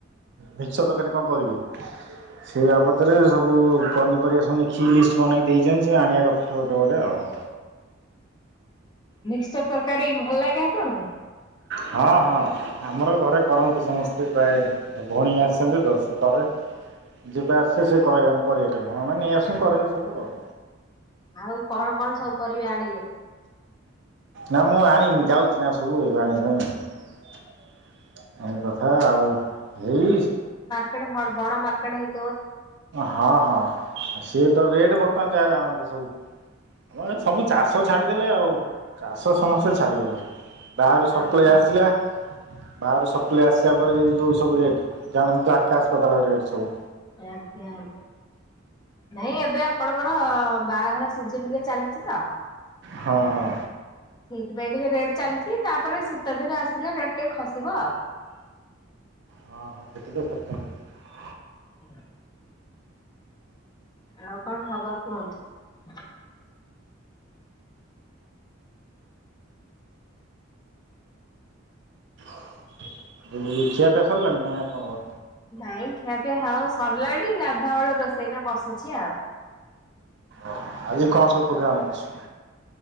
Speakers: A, on the right; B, on the left.
A: ଭିକ୍ଷ ତରକାରୀ କଣ କରିବି। ସେ ବାବଦରେ ସବୁ ପନିରିବା ସବୁ ଦେଖି ଲିଷ୍ଟ ବନେଇକ ଦେଇଛନ୍ତି ସେ ଆଣିବା କଥା ଗୋଟେ ଗୋଟେ ଆଉ।
B: ମିକ୍ସଚର ତରକାରୀ ଭଲ ଲାଗେ ଆପଣଙ୍କୁ?
A: ହଁ ହଁ, ଆମର ଘରେ କରନ୍ତି ସମସ୍ତେ ପ୍ରାୟ। ଭଉଣୀ ଆସନ୍ତି ତ ସେ କରେ। ଯେବେ ଆସେ ସେ କହେ ଆମେ କରିବା। ହଁ ମାନେ ନେଇ ଆସୁ କର ସବୁ ଆଉ।
B: ଆଉ କଣ କଣ ସବୁ ପରିବା ଆଣିଲେ?
A: ନା, ମୁଁ ଆଣିନି ଯାଉଛି ଚନା ସବୁ ହେଇଗ ଆଣିବା ପାଇଁ ଆଣ କଥା ଆଉ। ଏଇ
B: କେଡେ ଭ ବଡ ମାର୍କେଟ ହେଇଛି।
A: ହଁ ହଁ ସିଏ ତା ରେଟ୍ ବର୍ତ୍ତମାନ ଯା ଜଣା ପଡୁଛି ସବୁ। ହଁ ରେ ସବୁ ଚାଷ ଛାଡିଦେଲେ ଆଉ। ଚାଷ ସମସ୍ତେ ଛାଡିଦେଲେଣି। ବାହାରୁ ସପ୍ଲାଇ
B: ଆଜ୍ଞା
A: ଆସିଲା। ବାହାରୁ ସପ୍ଲେଇ ଆସିବା ପରେ ଯେନ୍ତି ଯୋଉ ସବୁ ରେଟ ଜାଣନ୍ତୁ ଆକାଶ ପାତାଳ ରେଟ ସବୁ।
B: ଆଞା ଭାଇ ଏବେ ଆପଣଙ୍କର ବାହାଘର ସିଜନିରେ ଚାଲିଛି ତ।
A: ହଁ ହଁ।
B: ସେଇଥିପାଇଁ ଟିକେ ରେଟ ଚାଲିଛି ତାପରେ ଶୀତ ଦିନ ଆସିଲେ ରେଟ ଟିକେ ଖସିବ। ଆଉ।
A: ହଁ ହଁ କେତେ ଦୂର୍ ସ? <inaudible>
B: <inaudible> ଆଉ କଣ ଖବର କୁହନ୍ତୁ?
A: ଏଇ ଖିଆ ପିଆ ସରିଲାଣି ନା ନାଇଁ ଆପଣଙ୍କର।
B: ନାଇଁ ଖିଆପିଆ ହବ ସରିଲାଣି ଗାଧୁଆ ବେଳ ରୋଷେଇଟା ବସିଛି ଆଉ।
A: ଓଃ ଆଜି କଣ ସବୁ ପ୍ରୋଗ୍ରାମ ଅଛି?